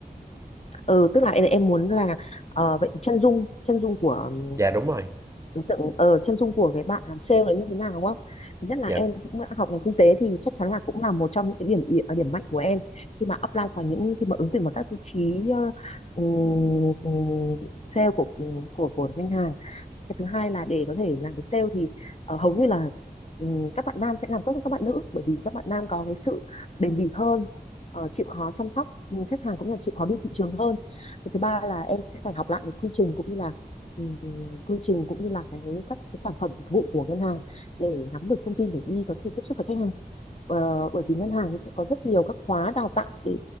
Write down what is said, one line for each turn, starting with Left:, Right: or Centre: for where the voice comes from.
Left: ừ tức là em, em muốn là ờ, vậy thì chân dung chân dung của ừm,
Right: Dạ đúng rồi.
Left: đối tượng ờ chân dung của cái bạn làm sale là như thế nào đúng không thứ nhất là
Right: Dạ,
Left: em cũng đã học ngành kinh tế thì chắc chắn là cũng là một trong những cái điểm y- ờ, điểm mạnh của em khi mà apply vào những khi mà ứng tuyển vào các vị trí ờ, ừm, ừm, sale của của của ngân hàng cái thứ hai là để có thể làm được sale thì ờ, hầu như là ừ, các bạn nam sẽ làm tốt hơn các bạn nữ bởi vì các bạn nam có cái sự bền bỉ hơn ờ, chịu khó chăm sóc ừ, khách hàng cũng như là chịu khó đi thị trường hơn cái thứ ba là em sẽ phải học lại cái quy trình cũng như là ừ, quy trình cũng như là cái các cái sản phẩm dịch vụ của ngân hàng để nắm được thông tin để đi có thể tiếp xúc với khách hàng Ờ, bởi vì ngân hàng sẽ có rất nhiều các khóa đào tạo để